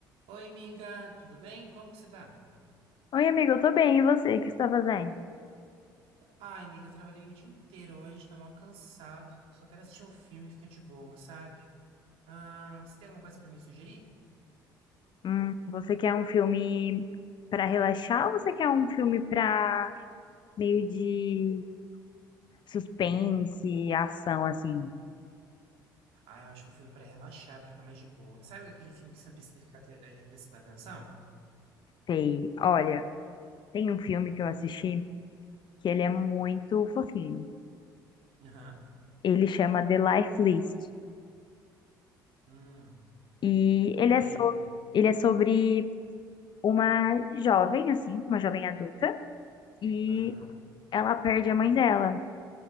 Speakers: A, on the right; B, on the left.
A: Oi, amiga, tudo bem? Como que você tá?
B: Oi, amigo, eu tô bem. E você? O que você tá fazendo?
A: Ai, amiga, trabalhei o dia inteiro hoje, tô mal cansado. Só quero assistir um filme e ficar de boa, sabe? Ah, você tem alguma coisa pra me sugerir?
B: Hum, você quer um filme pra relaxar ou você quer um filme pra meio de suspense, ação, assim?
A: Ah, eu acho que um filme é pra relaxar, pra ficar mais de boa. Sabe aquele filme que você não precisa ficar te- eh, prestando atenção?
B: Sei. Olha, tem um filme que eu assisti que ele é muito fofinho.
A: Aham.
B: Ele chama The Life List.
A: Hum.
B: E ele
A: E
B: é
A: aí?
B: sobre, ele é sobre uma jovem, assim, uma jovem adulta, e
A: Aham.
B: ela perde a mãe dela